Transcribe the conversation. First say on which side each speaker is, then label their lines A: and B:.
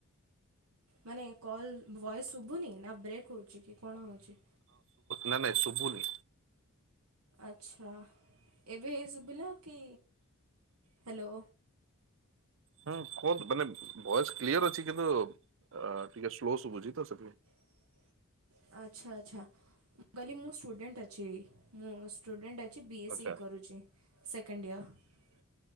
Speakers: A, on the right (about 80°); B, on the right (about 60°).
A: ମାନେ କଲ୍ ଭୋଏସ୍ ଶୁଭୁନି ନା ବ୍ରେକ ହେଉଛି କି କଣ ହେଉଛି?
B: ନା ନାଇଁ ଶୁଭୁ ନି।
A: ଆଚ୍ଛା ଏବେ ହେଇ ଶୁଭିଲା କି? ହ୍ୟାଲୋ।
B: ହୁଁ କୁହନ୍ତୁ ମାନେ ଭଏସ କ୍ଲିୟର ଅଛି କିନ୍ତୁ ଅ ଟିକେ ସ୍ଲୋ ଶୁଭୁଛି ତ ସେଥିପାଇଁ।
A: <inaudible> ଆଛା ଆଛା କହିଲି ମୁଁ ଷ୍ଟୁଡେଣ୍ଟ ଅଛି ମୁଁ ଷ୍ଟୁଡେଣ୍ଟ - ବି
B: ଆଚ୍ଛା
A: ଏସ୍ ଇ କରୁଛି ସେକେଣ୍ଡ ଇୟର।